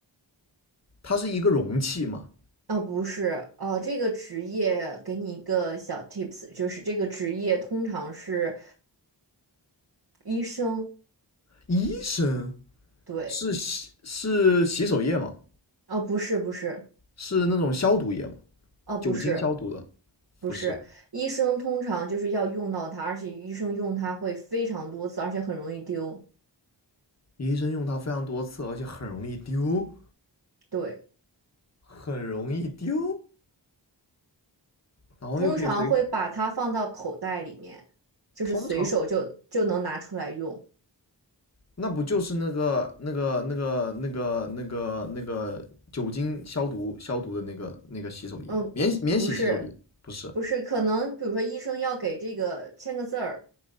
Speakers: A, on the left; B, on the right.
A: 它是一个容器吗？
B: 哦，不是，呃，这个职业给你一个小 tips，就是这个职业通常是医生，
A: 医生
B: 对，
A: 是洗是洗手液吗？
B: 哦，不是，不是，
A: 是那种消毒液吗？
B: 哦，不是，
A: 酒精消毒的？
B: 不是，
A: 不是，
B: 医生通常就是要用到它，而且医生用它会非常多次，而且很容易丢，
A: 医生用它非常多次，而且很容易丢，
B: 对，
A: 很容易丢，然后又可以随身
B: 通常会把它放到口袋里面，就是随手就就能拿出来用，
A: 通常那不就是那个那个那个那个那个那个酒精消毒消毒的那个那个洗手液，
B: 嗯，
A: 免免洗洗手液？
B: 不是，
A: 不是，
B: 不是，可能比如说医生要给这个签个字儿，